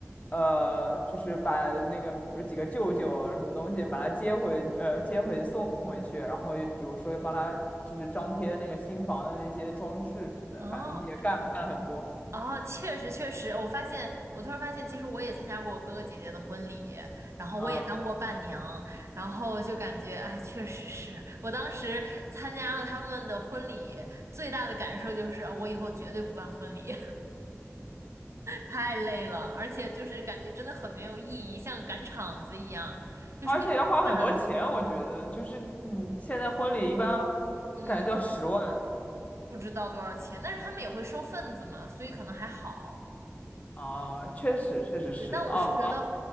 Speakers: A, on the left; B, on the right.
A: 呃，就是把那个比如几个舅舅啊什么东西把他接回，呃，接回送回去，然后又比如说又帮他就是张贴那个新房的那些装饰什么的，
B: 哦
A: 反正也干了很多，
B: 哦，确实确实，我发现我突然发现，其实我也参加过我哥哥姐姐的婚礼，然后我也当过伴娘，
A: 啊，
B: 然后就感觉哎，确实是我当时参加了他们的婚礼，最大的感受就是，哦我以后绝对不办婚礼。太累了，而且就是感觉真的很没有意义，像赶场子一样，就是个假大的，
A: 而且要花很多钱，我觉得就是你现在婚礼一般
B: 嗯，
A: 感觉都要十万。
B: 不知道多少钱，但是他们也会收份子嘛，所以可能还好。
A: 啊，确实，确实是啊。
B: 对，但我是觉得，